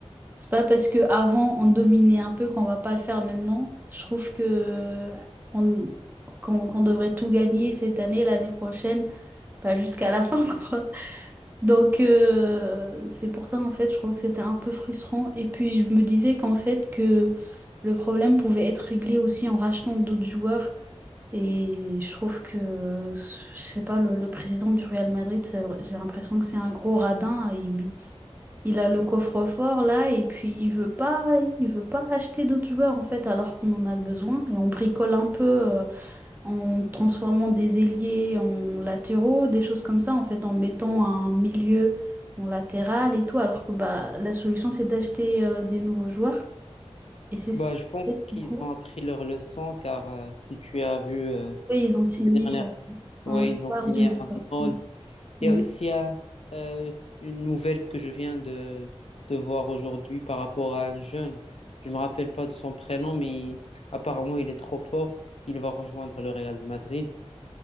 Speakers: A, on the right; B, on the left.
A: C'est pas parce que avant on dominait un peu qu'on va pas le faire maintenant. Je trouve que on, qu'on qu'on devrait tout gagner cette année, l'année prochaine, pas jusqu'à la fin <laughs> quoi. Donc euh, c'est pour ça en fait je trouve que c'était un peu frustrant et puis je me disais qu'en fait que le problème pouvait être réglé aussi en rachetant d'autres joueurs et je trouve que je sais pas le, le président du Real Madrid c'est vrai- j'ai l'impression que c'est un gros radin il, il a le coffre-fort là et puis il veut pas il veut pas acheter d'autres joueurs en fait alors qu'on en a besoin et on bricole un peu euh, en transformant des ailiers en latéraux, des choses comme ça, en fait, en mettant un milieu en latéral et tout, alors que bah, la solution, c'est d'acheter euh, des nouveaux joueurs. Et c'est
B: Bah,
A: ce qu'ils
B: je pense
A: ont fait,
B: qu'ils
A: du coup.
B: ont appris leur leçon car euh, si tu as vu euh,
A: Et ils ont signé
B: les dernières, ouais,
A: un
B: ils ont
A: joueur
B: signé
A: de Liverpool.
B: Arnold.
A: Oui.
B: Il y a aussi euh, euh, une nouvelle que je viens de, de voir aujourd'hui par rapport à un jeune. Je me rappelle pas de son prénom, mais apparemment il est trop fort. Il va rejoindre le Real de Madrid.